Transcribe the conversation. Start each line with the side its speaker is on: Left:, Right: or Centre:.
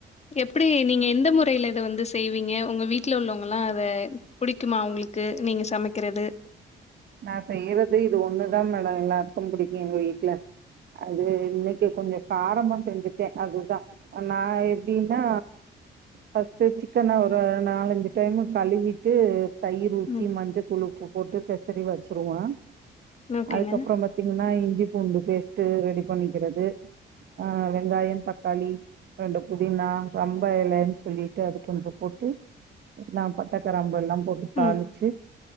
Left: எப்டி நீங்க எந்த முறைலிய இத வந்து செய்வீங்க உங்க வீட்ல உள்ளவங்கலா அத புடிக்குமா உங்களுக்கு நீங்க சமைக்கிறது
Right: நா செய்யறது இது ஒண்ணுதா மேடம் எல்லார்கு புடிக்கும் எங்க வீட்ல அது இன்னிக்கு கொஞ்ச காரமா செஞ்சுட்ட அதுதா நா எப்டின்னா பஸ்ட் சிக்கன ஒரு நாலஞ்சு டைமு கழுவிட்டு தயிர் ஊத்தி
Left: ம்
Right: மஞ்ச தூளூ <unintelligible> சரி வச்சிருவா
Left: ஓகேங்க
Right: அதுக்கபுறம் பாத்தீங்கன்னா இஞ்சி பூண்டு பேஸ்டு ரெடி பண்ணிகிறது ஹ வெங்காயம் தக்காளி ரெண்டு புதினா ரொம்ப எலனு சொல்லிட்டு அத கொஞ்ச போட்டு எல்லா பட்ட கிராம்பு லா போட்டு தாளிச்சு
Left: ம்